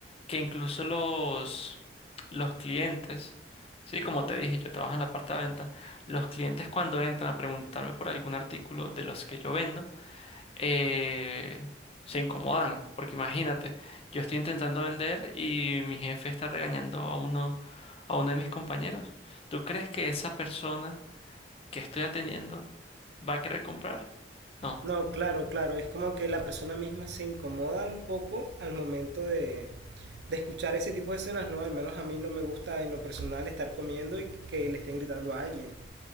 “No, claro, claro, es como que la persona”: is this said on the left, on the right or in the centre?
Right